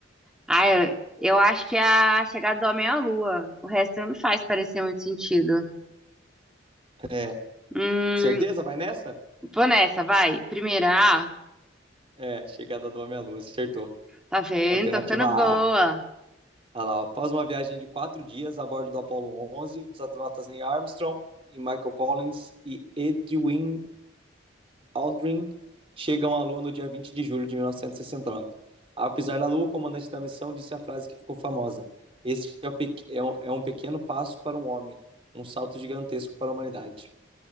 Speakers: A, in the centre; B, on the right.
A: Ah, eu, eu acho que é a chegada do homem à lua. O resto não me faz parecer muito sentido.
B: É.
A: Hum,
B: Certeza? Vai nessa?
A: vou nessa, vai. Primeira, ah,
B: É, chegada do homem à lua, acertou.
A: tá vendo?
B: Alternativa
A: Tô ficando
B: A.
A: boa.
B: Olha lá, após uma viagem de quatro dias a bordo do Apollo 11, os astronautas Neil Armstrong e Michael Collins e Edwin Aldrin chegam à Lua no dia 20 de julho de 1969. Ao pisar na Lua, o comandante da missão disse a frase que ficou famosa: Este é, o pe- é um- é um pequeno passo para um homem, um salto gigantesco para a humanidade.